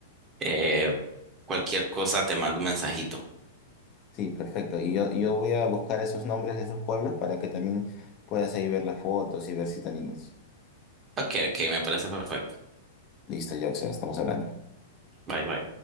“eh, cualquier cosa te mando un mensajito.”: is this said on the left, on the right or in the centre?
Right